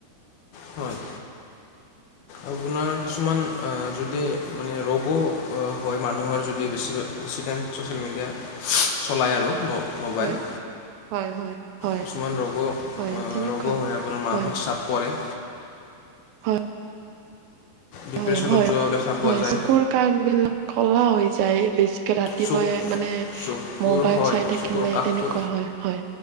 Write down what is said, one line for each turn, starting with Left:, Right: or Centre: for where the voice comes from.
Left: হয় আপোনাৰ কিছুমান যদি মানে ৰোগো হয় মানুহৰ যদি বেছি বেছি ছ'চিয়েল মিডিয়া চলায়
Right: হয়
Left: আৰু মোবাইল
Right: হয় হয় হয় হয়
Left: কিছুমান ৰগ
Right: হয় তেনেকুৱা
Left: ৰগ হৈ আপোনাৰ মানসিক
Right: হয়
Left: চাপ পৰে।
Right: হয়
Left: ডিপ্ৰেশ্যনত
Right: হয় হয়
Left: যোৱাও দেখা পোৱা
Right: হয়
Left: যায়
Right: চকুৰ কাষবিলাক কলা হৈ যায় বেছি ৰাতিলৈ
Left: চকু
Right: মানে
Left: চকুৰ
Right: মোবাইল
Left: হয়
Right: চাই থাকিলে
Left: চকুৰ কাষটো
Right: তেনেকুৱা হয় হয়।